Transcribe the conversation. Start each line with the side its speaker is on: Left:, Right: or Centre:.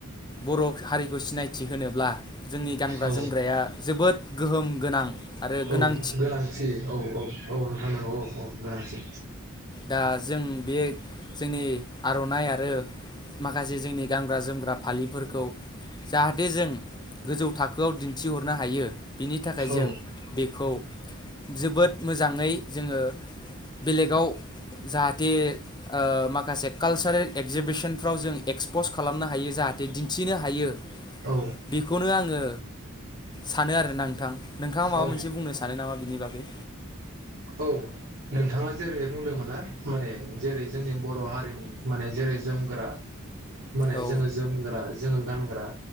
Left: बर' हारिखौ सिनायथि होनोब्ला जोंनि गानग्रा
Right: औ
Left: जोमग्राया जोबोद गोहोम गोनां। आरो गोनां
Right: औ गोनांथि औ औ औ नोंथां नंगौ औ औ गोनांथि
Left: दा जों बे जोंनि आर'नाइ आरो माखासे जोंनि गानग्रा जोमग्रा फालिफोरखौ जाहाथे जों गोजौ थाखोआव दिन्थिहरनो हायो बिनि थाखाय
Right: औ
Left: जों बेख खौ जोबोद मोजाङै जोङो बेलेगाव जाहाथे ओ माखासे कालसारेल एक्जिबिसनफ्राव जों एक्सपस खालामनो हायो जाहाथे दिन्थिनो हायो
Right: औ
Left: बेखौनो आङो सानो आरो ना नोंथां नोंथाङा माबा
Right: औ
Left: मोनसे बुंनो सानो नामा बिनि बागै?
Right: औ नोंथाङा जेरै बुंदोंमोन ना माने जेरै जोंनि बर' हारिनि माने जेरै जोमग्रा माने
Left: औ
Right: जोङो जोमग्रा जोङो गानग्रा